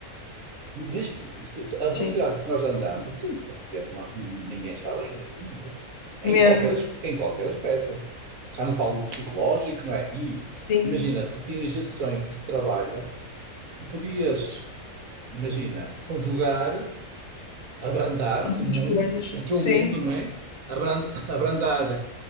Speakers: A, on the right; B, on the left.
A: desde, se- se- a velocidade
B: Sim,
A: que nós andamos, durante pouco tempo, nós, ninguém está bem neste mundo. Em
B: mesmo,
A: qualquer, as- em qualquer aspecto. Já não falo do psicológico, não é? E
B: sim.
A: imagina, se tu tinhas gestões sonho desse trabalho. tu podias, imagina, conjugar, abrandar
B: Nós
A: o
B: temos
A: mundo,
B: coisas,
A: o teu
B: sim.
A: mundo, não é? Abran- <coughs> Abrandar,